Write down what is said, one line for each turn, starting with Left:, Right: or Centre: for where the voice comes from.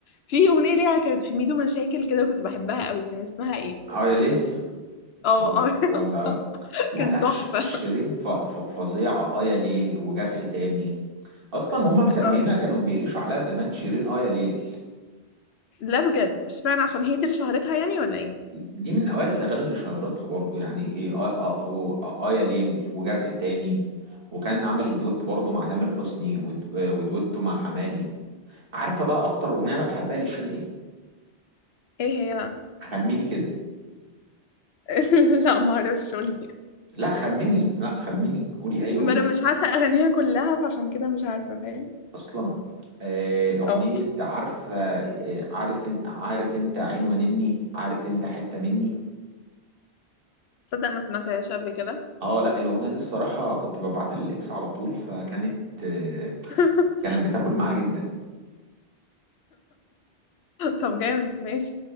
Left: في أغنية ليها كانت في ميدو مشاكل كده كنت بحبها قوي كان اسمها ايه؟
Right: اه يا ليل
Left: اه
Right: ولا
Left: اه
Right: ولا
Left: <laughs>
Right: لا
Left: كان
Right: لا
Left: تحفة
Right: ش- شيرين ف- ف- فظيعة اه يا ليل وجرح تاني اصلا هم مسمينها
Left: اه
Right: كانوا بيقلشوا عليها زمان شيرين اه يا ليل
Left: لا بجد اشمعنى عشان هي دي اللي شهرتها يعني ولا ايه
Right: دي من اوائل الاغاني اللي شهرتها برضو يعني ايه اه اه اه اه يا ليل وجرح تاني وكان عمل الدويتو برضو مع تامر حسني ود- آه، ودويتو مع حماقي عارفه بقى اكتر اغنيه انا بحبها لشيرين ايه
Left: ايه هي بقى
Right: خمني كده
Left: <laughs> لا ما اعرفش قولي
Right: لا خمني لا خمني قولي اي اغنيه
Left: ما انا مش عارفه اغانيها كلها فعشان كده مش عارفه فاهم
Right: اصلا آه، اغنيه
Left: اه
Right: عارفه آه، عارف عارف انت عين ونني عارف انت حته مني
Left: تصدق ما سمعتهاش قبل كده
Right: اه لا الاغنيه دي الصراحه كنت ببعتها للاكس على طول فكانت آه،
Left: <laughs>
Right: كانت بتاكل معاه جدا
Left: طب جامد ماشي